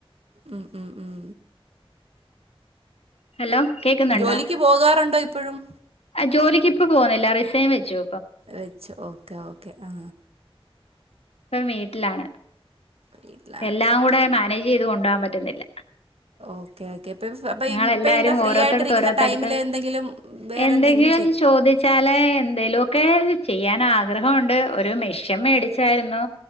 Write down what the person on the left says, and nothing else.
ഹലോ കേക്കുന്നുണ്ടോ
ആ ജോലിക്ക് ഇപ്പ പോകുന്നില്ല റിസൈൻ വെച്ചോ
ഇപ്പം വീട്ടിലാണ്
എല്ലാം കൂടെ മാനേജ് ചെയ്ത് കൊണ്ടോകാൻ പറ്റുന്നില്ല
ഞങ്ങളെല്ലാരും
ഓരോരുത്തടുത്ത്
ഓരോരുത്തടുത്ത്
എന്തെങ്കിലും ചോദിച്ചാല് എന്തെലൊക്കെ കി ചെയ്യാന് ആഗ്രഹഉണ്ട് ഒരു മിഷൻ മേടിച്ചായിരുന്നു